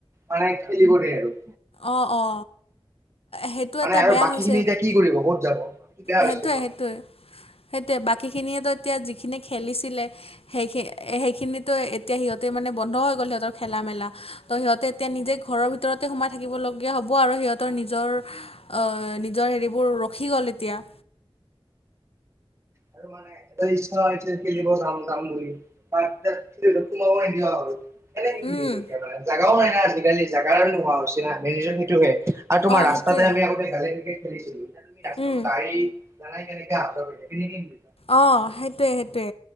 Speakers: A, on the right; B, on the left.
A: মানে খেলিব দে আৰু
B: অ অ সেইটোৱে
A: মানে
B: এটা
A: আৰু
B: বেয়া
A: বাকী
B: হৈছে
A: খিনি এতিয়া কি কৰিব ক'ত যাব বেয়া
B: সেইটোৱে
A: হৈছে ন
B: সেইটোৱে সেইটোৱে বাকীখিনিয়েতো এতিয়া যিখিনি খেলিছিলে সেইখি সেইখিনোতো এতিয়া সিহঁতে মানে বন্ধ হৈ গ'ল সিহঁতৰ খেলা মেলা ত সিহঁতে এতিয়া নিজে ঘৰৰ ভিতৰতে সোমাই থাকিব লগীয়া হ'ব আৰু সিহঁতৰ নিজৰ অ নিজৰ হেৰিবোৰ ৰখি গ'ল এতিয়া।
A: আৰু মানে এটা ইচ্ছা হৈছে খেলিব যাম যাম বুলি- ভাত খাই উঠিলো এতিয়া তোমালোকৰ কি হল কেনেকে খেলিব
B: উম
A: এতিয়া মানে জাগাও নাই না আজিকালি জাগাও নোহোৱা হৈছে না। ৰিজন সেইটোহে আৰু তোমাৰ
B: অঁ
A: ৰাস্তাতে
B: সেইটোৱে
A: আমি আগতে গাড়ী এনেকে খেলিছিলো এতিয়া তুমি ৰাস্তাটো
B: উম
A: গাড়ী লৰাই কেনেকা আচল কৰিছে কেনেকে কি
B: অ সেইটোৱে সেইটোৱে